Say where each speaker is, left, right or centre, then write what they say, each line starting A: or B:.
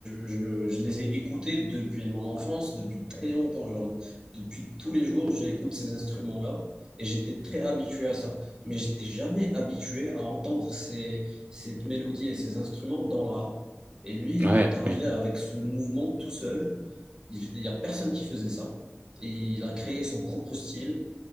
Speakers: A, on the right (about 15°); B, on the right (about 40°).
A: je- je les ai écoutés depuis mon enfance,
B: ouais.
A: depuis très longtemps. Genre, depuis tous les jours, j'écoute ces instruments-là et j'étais très habitué à ça. Mais j'étais jamais habitué à entendre ces, cette mélodie et ces instruments dans le rap. Et lui,
B: Ouais,
A: il est arrivé
B: oui.
A: avec ce mouvement tout seul. Il n'y a personne qui faisait ça. Et il a créé son propre style